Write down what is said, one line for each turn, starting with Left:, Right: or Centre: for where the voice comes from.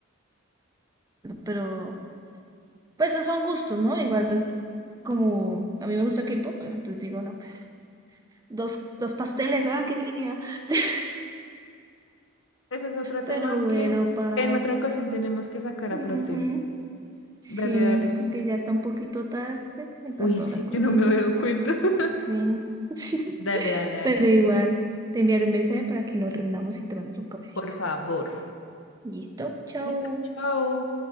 Right: Pero, pues, esos son gustos, ¿no? Igual, como a mí me gusta el K-pop, pues, entonces digo, no, pues, dos, dos pasteles, ah, qué felicidad. <laughs>
Left: Ese es otro tema
Right: Pero bueno,
Left: que
Right: Pau.
Left: en otra ocasión tenemos que sacar
Right: ujú,
Left: a flote.
Right: Sí,
Left: Dale, dale.
Right: porque ya está un poquito tarde. Me encantó
Left: Uy, sí,
Right: hablar contigo.
Left: yo no me había dado cuenta. <laughs>
Right: Sí, <laughs> sí.
Left: Dale, dale, dale.
Right: Pero igual, te enviaré un mensaje para que nos reunamos y tomemos un cafecito.
Left: Por favor.
Right: Listo, chao.
Left: Listo, chao.